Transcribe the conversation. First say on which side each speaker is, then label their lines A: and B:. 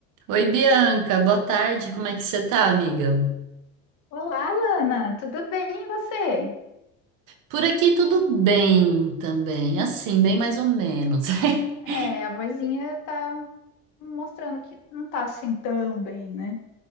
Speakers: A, on the right; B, on the left.
A: Oi, Bianca, boa tarde. Como é que você tá, amiga?
B: Olá, Lana, tudo bem e você?
A: Por aqui tudo bem também, assim, bem mais ou menos. <laughs>
B: É, a vozinha tá mostrando que não tá assim tão bem, né?